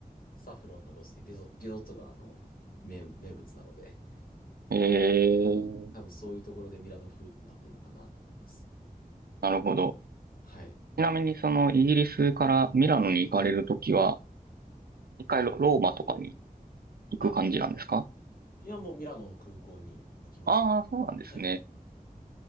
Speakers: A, on the left (about 70°); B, on the right (about 85°).
A: サフロンのロス、リゾ、リゾットがあの、名、名物なので、
B: えー、
A: 多分そういうところでミラノ風ってなってるのかなと思います。
B: なるほど。
A: はい。
B: ちなみにそのイギリスからミラノに行かれるときは、一回ロローマとかに行く感じなんですか
A: あ、い、いや、もうミラノの空港に行きましたね。
B: ああー、そうなんですね。
A: はい。